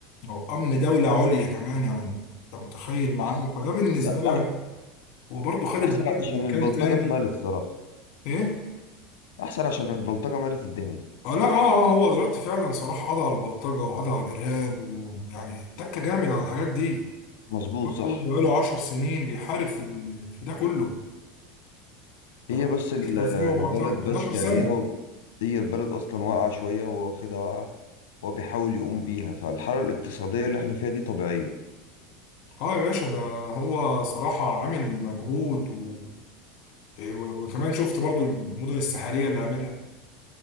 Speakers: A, on the left; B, on the left.
A: او امن دوله عليا كمان يعني انت متخيل معايا
B: احسن
A: فده بالنسبه
B: لا
A: لي
B: أح-
A: يعني هو برضه خد البلد
B: احسن عشان
A: لمكان
B: البلطجة
A: تاني
B: اتمالت الصراحة
A: ايه
B: احسن عشان البلطجة مالت الدنيا
A: اه لا اه اه هو دلوقتي فعلا صلاح قضى على البلطجة وقضى على الإرهاب ويعني اتك جامد على الحاجات دي برضه
B: مظبوط صح
A: بقاله 10 سنين بيحارب في ال... في ده كله
B: هي
A: يعني
B: بس ال-
A: 2014
B: البلد
A: 11
B: بس
A: سنة
B: يعني هي هي البلد اصلا واقعة شوية وهو واخدها واقعة وهو بيحاول يقوم بيها فالحالة الاقتصادية اللي احنا فيها دي طبيعية
A: اه يا باشا ده هو صراحة عامل مجهود و... وكمان شفت برضو المدن الساحلية اللي عاملها